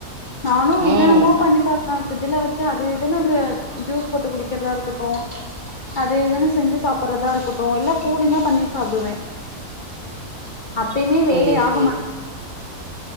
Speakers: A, on the left; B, on the right.
A: நானு
B: ம்
A: என்னென்னமோ பண்ணி பாக்றே பிரிட்ஜ்ல வெச்சு அது இதுனு அது ஜுஸ் போட்டு குடிக்கற்தா இருக்கட்டு அது இதுன் செஞ்சு சாப்பட்றதா இருக்கட்டு எல்லா கூலிங்கா பண்ணி சாப்டுவே
B: <inaudible>
A: அப்பயுமே
B: புரியுது
A: வேலை ஆகமாட்
B: புரியுது